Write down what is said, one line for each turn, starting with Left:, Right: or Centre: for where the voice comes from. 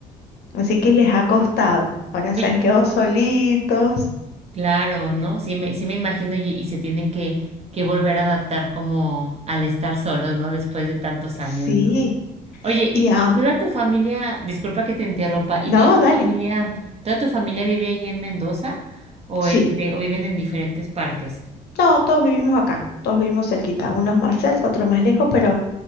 Left: así que les ha costado. Ahora se
Right: Oye,
Left: han quedado solitos.
Right: claro, ¿no? Sí me, sí me imagino y, y se tienen que, que volver a adaptar como al estar solos, ¿no? Después de tantos años,
Left: Sí,
Right: Oye, ¿y,
Left: ya.
Right: y toda tu familia, disculpa que te interrumpa, ¿y
Left: No,
Right: toda tu
Left: dale.
Right: familia, toda tu familia vive allí en Mendoza o
Left: Sí.
Right: este, o viven en diferentes partes?
Left: No, todos vivimos acá. Todos vivimos cerquita. Unos más cerca, otros más lejos, pero